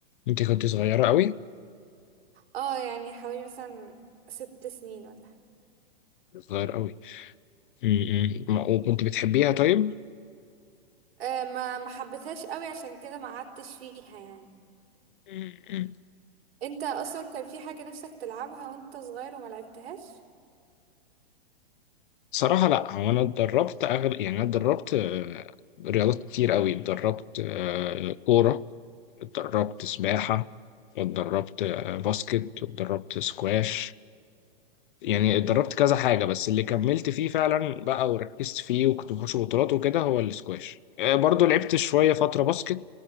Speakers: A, on the left (about 55°); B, on the right (about 75°).
A: أنت كنت صغيرة قوي؟
B: اه يعني حوالي مثلا ست سنين ولا حاجه
A: صغير قوي م- م. وكنت بتحبيها طيب؟
B: أه ما ما حبيتهاش قوي عشان كده ما قعدتش فيها يعني
A: م- م.
B: انت اصلا كان في حاجة نفسك تلعبها وانت صغير وما لعبتهاش
A: صراحة لا هو انا اتدربت أغل... يعني انا اتدربت آه، رياضات كتير قوي اتدربت آه، كورة اتدربت سباحة واتدربت آه، باسكت واتدربت سكواش يعني اتدربت كذا حاجة بس اللي كملت فيه فعلا بقى وركزت فيه وكنت بخش بطولات وكده هو السكواش آه، برضو لعبت شوية فترة باسكت